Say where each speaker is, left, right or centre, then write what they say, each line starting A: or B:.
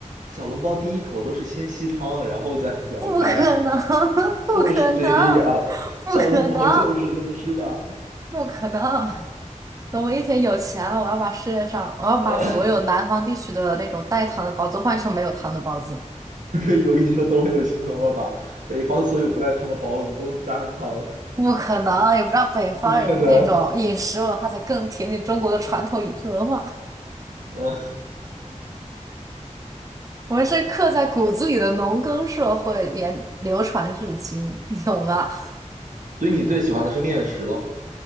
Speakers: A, on the right; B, on the right.
A: 小笼包第一口都是先吸汤，然后再 <laughs> 咬开。
B: 不可能，<laughs>
A: <laughs>
B: 不可能，
A: 就是这样，
B: 不可能，
A: 小笼包就是这么吃的。
B: 不可能！等我一天有钱了，我要把世界上，我要把所有南方地区的那种带汤的包子换成没有汤的包子。
A: <clears throat> <coughs> 可以，我跟你说，等我有钱了，我把北方所有不带汤的包子都加上汤。
B: 不可能，也不知道北方人的那种饮食文化才更贴近中国的传统饮食文化。
A: 不可能，嗯，
B: 我们是刻在骨子里的农耕社会，连流传至今，你懂吗？
A: 所以你最喜欢的是面食喽？